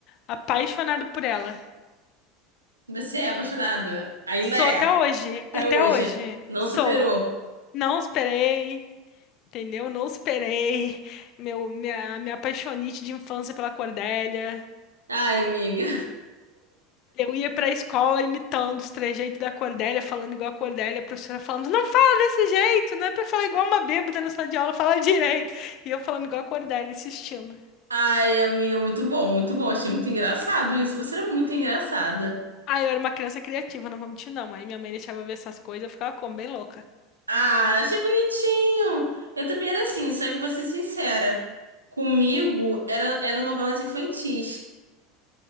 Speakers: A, on the left (about 50°); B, on the right (about 80°).
A: apaixonado por ela.
B: <laughs> Você é apaixonado? Ainda
A: Sou
B: é.
A: até hoje,
B: Até
A: até
B: hoje.
A: hoje.
B: Não
A: Sou.
B: superou.
A: Não esperei, entendeu? Não esperei. Meu, minha, minha apaixonite de infância pela Cordélia.
B: Ai, amiga.
A: Eu ia pra escola imitando os trejeitos da Cordélia, falando igual a Cordélia, a professora falando, não fala desse jeito, não é pra falar igual uma bêbada na sala de aula, fala direito. E eu falando igual a Cordélia, insistindo.
B: Ai, amiga, muito bom, muito bom. Achei muito engraçado isso. Você era muito engraçada.
A: Ah, eu era uma criança criativa, não vou mentir não. Aí minha mãe deixava eu ver essas coisas, eu ficava como, bem louca.
B: Ah, achei bonitinho. Eu também era assim, só que eu vou ser sincera. Comigo era, eram novelas infantis.